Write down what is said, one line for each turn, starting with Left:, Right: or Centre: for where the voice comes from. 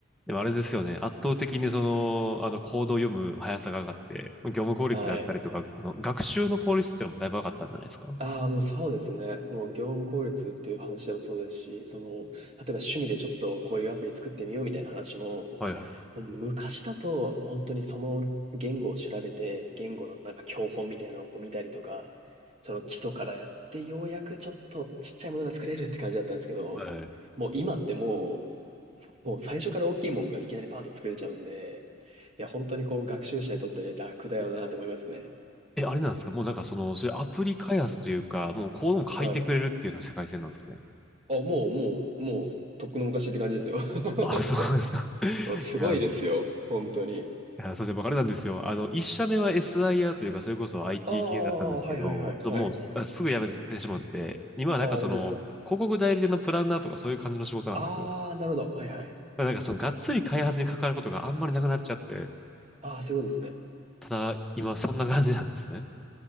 Centre: でもあれですよね。圧倒的にその、あの、コードを読む速さが上がって、業務効率であったりとか、
Right: はい。
Centre: あの学習の効率っていうのもだいぶ上がったんじゃないですか。
Right: ああ、もうそうですね。もう業務効率っていう話でもそうですし、その、例えば趣味でちょっとこういうアプリ作ってみようみたいな話も、
Centre: はいはい。
Right: もう昔だと、もう本当にその言語を調べて、言語のなんか教本みたいなのをこう見たりとか、その基礎からやって、ようやくちょっとちっちゃいものが作れるって感じだったんですけど、
Centre: はい。
Right: もう今ってもう、もう最初から大きいもんがいきなりパンと作れちゃうんで、いや、本当にこう学習者にとって楽だよなと思いますね。
Centre: え、あれなんですかもうなんかその、そういうアプリ開発というか、もうコードも書いてくれるっていうような世界線なんですかね。
Right: はい。あ、もう、もう、もう、とっくの昔って感じですよ。
Centre: あ、そうなんですか。
Right: <laughs>
Centre: <laughs>
Right: すごいですよ。
Centre: いや、す
Right: 本当に。
Centre: いや、すいません、僕あれなんですよ。あの、一社目は SIR というか、それこそ IT
Right: あーあはいはいはいはい。
Centre: 系だったんですけど、ちょっともうす、すぐ辞めてしまって、今はなんかその、
Right: ああ、本当ですか。
Centre: 広告代理店のプランナーとかそういう感じの仕事なんですよ。
Right: ああ、なるほど。はいはい。
Centre: なんかそのがっつり開発に関わることがあんまりなくなっちゃって、
Right: ああ、そういうことですね。
Centre: ただ今そんな感じなんですね。